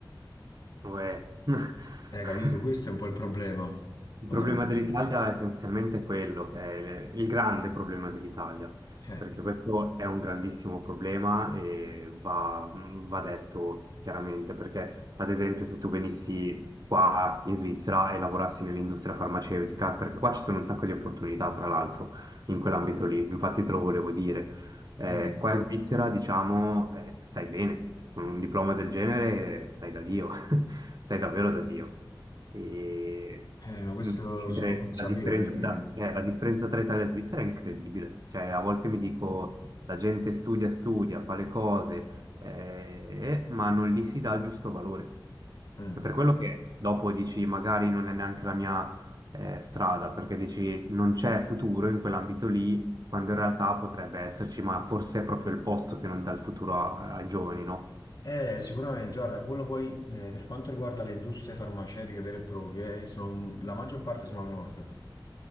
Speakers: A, on the right (about 50°); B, on the left (about 55°).
A: Vabbè. <laughs>
B: Eh, capito? Questo è un po' il problema
A: Il
B: fondamentalmente.
A: problema dell'Italia è essenzialmente quello, è il, il grande problema dell'Italia,
B: Eh.
A: perché questo è un grandissimo problema e va, va detto chiaramente, perché ad esempio se tu venissi qua in Svizzera e lavorassi nell'industria farmaceutica, perché qua ci sono un sacco di opportunità tra l'altro in quell'ambito lì, infatti te lo volevo dire, eh,
B: mm.
A: qua in Svizzera diciamo eh, stai bene, con un diploma del genere stai da Dio. Stai davvero da Dio. E
B: Eh, ma questo
A: mm, direi
B: sono consapevole
A: la differenza
B: che...
A: tra, eh, la differenza tra Italia e Svizzera è incredibile. Cioè, a volte mi dico, la gente studia, studia, fa le cose, eh, ma non gli si dà il giusto valore.
B: Mm.
A: È per quello che dopo dici, magari non è neanche la mia, eh, strada, perché dici, non c'è futuro in quell'ambito lì, quando in realtà potrebbe esserci, ma forse è proprio il posto che non dà il futuro a- ai giovani, no?
B: Eh, sicuramente, guarda, quello poi eh, per quanto riguarda le industrie farmaceutiche vere e proprie, eh, sono- la maggior parte sono al nord,